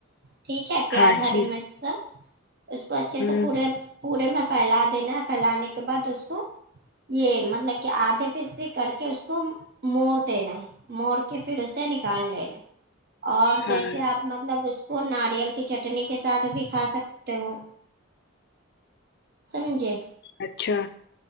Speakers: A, on the right; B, on the left.
A: ٹھیک ہے پیاز
B: ہاں
A: ہری
B: جی
A: مرچ سب اس کو اچھے
B: ہوں
A: سے پورے پورے میں پھیلا دینا ہے پھیلانے کے بعد اس کو یہ مطلب کہ آدھے پہ سے کر کہ اس کو موڑ دینا موڑ کے پھر اسے نکال لینا اور
B: ہاں
A: جیسے آپ مطلب اس کو ناریل کی چٹنی کے ساتھ بھی کھا سکتے ہو سمجھے
B: اچھا